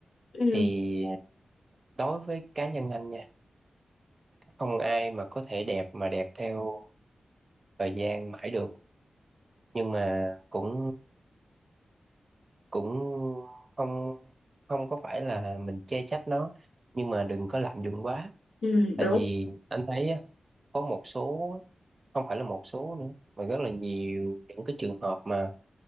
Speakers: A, on the left; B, on the right.
A: Ừ,
B: thì đối với cá nhân anh nha không ai mà có thể đẹp mà đẹp theo thời gian mãi được nhưng mà cũng cũng không không có phải là mình chê trách nó nhưng mà đừng có lạm dụng quá
A: ừ,
B: tại
A: đúng
B: vì anh thấy á, có một số không phải là một số nữa mà rất là nhiều những cái trường hợp mà